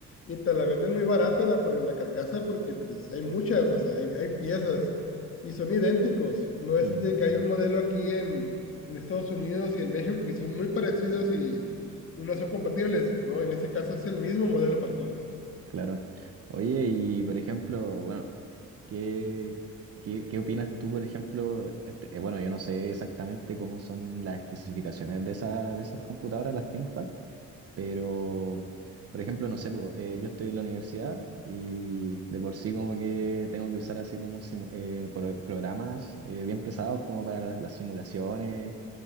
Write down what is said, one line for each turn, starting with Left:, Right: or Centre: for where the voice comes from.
Left: y te la venden muy barata la, por la carcasa porque pues hay muchas, o sea, hay, hay piezas y son idénticos. No es
Right: mm,
Left: de que hay un modelo aquí en, en Estados Unidos y en México que son muy parecidos y, y no son compatibles, ¿no? En ese caso es el mismo modelo para todos.
Right: claro. Oye, y por ejemplo, bueno. ¿Qué, qué, qué opinas tú, por ejemplo? Este, eh, bueno, yo no sé exactamente cómo son las especificaciones de, esa- de esas computadoras, las ThinkPad, pero, por ejemplo, no sé, po, eh, yo estoy en la universidad y de por sí como que tengo que usar así como simu- eh, pro- programas eh, bien pesados como para las, las simulaciones